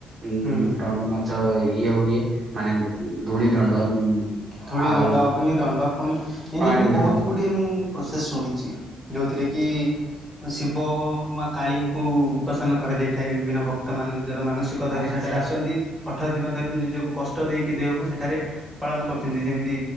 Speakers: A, on the right (about 40°); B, in the centre.
A: ଉଁ-ଉଁ
B: ହୁଁ
A: ମାଛ ଇଏ ହୁଏ ମାନେ ଧୂଳି ଦଣ୍ଡ
B: ଧୂଳି
A: ଆଉ
B: ଦଣ୍ଡ ଅଗ୍ନି ଦଣ୍ଡ ପୁଣି। ଏମିତିବିତି
A: ପାଣି
B: ବହୁତ
A: ଦଣ୍ଡ
B: ଗୁଡିଏ ମୁଁ ପ୍ରୋସେସ ଶୁଣିଛି ଯୋଉଥିରେ କି ଶିବ ଅ ମା କାଳୀଙ୍କୁ ପ୍ରସନ୍ନ କରାଯାଇଥାଏ। ବିଭିନ୍ନ ଭକ୍ତମାନୋନ ନିଜର ମାନସିକ
A: ମାନେ
B: ଧରି ସେଠାରେ
A: ସେ
B: ଆସନ୍ତି ଅଠର ଦିନ ଧରି ନିଜ ନିଜକୁ କଷ୍ଟ ଦେଇକି ଦେହକୁ ସେଠାରେ ପାଳନ କରୁଛନ୍ତି ଯେମିତି।